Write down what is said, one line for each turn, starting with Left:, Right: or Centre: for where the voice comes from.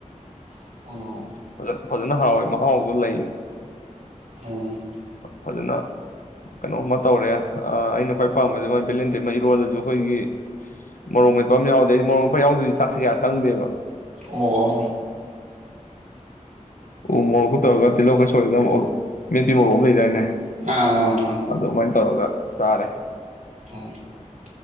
Right: ꯑꯣ
Left: ꯐꯖ ꯐꯖꯅ ꯍꯥꯎꯋꯤ ꯃꯍꯥꯎꯗꯣ ꯂꯩꯌꯦ
Right: ꯑꯝ
Left: ꯐꯖꯅ ꯀꯩꯅꯣꯃ ꯇꯧꯔꯦ ꯑꯩꯅ ꯈ꯭ꯋꯥꯏ ꯄꯥꯝꯕꯁꯦ ꯃꯣꯏ ꯕꯦꯂꯦꯟꯗ꯭ꯔꯤ ꯑꯝ ꯏꯔꯣꯜꯂꯁꯨ ꯑꯩꯈꯣꯏꯒꯤ ꯃꯣꯔꯣꯛ ꯃꯦꯄ ꯑꯃ ꯌꯥꯔꯎꯗꯦ ꯃꯣꯔꯣꯛ ꯃꯦꯠꯄ ꯌꯥꯎꯗꯗꯤ ꯆꯥꯛꯁꯦ ꯀꯌꯥ ꯆꯪꯗꯦꯕ
Right: ꯑꯣ
Left: ꯎ ꯃꯣꯔꯣꯛꯀꯥ ꯇꯧꯔꯒ ꯇꯤꯜꯍꯧꯒ ꯁꯣꯏꯒ ꯃꯦꯠꯄꯤ ꯃꯣꯔꯣꯛ ꯑꯃ ꯂꯩꯗꯥꯏꯅꯦ
Right: ꯑꯥ
Left: ꯑꯗꯨꯃꯥꯏꯅ ꯇꯧꯔꯒ ꯆꯥꯔꯦ
Right: ꯍ <unintelligible>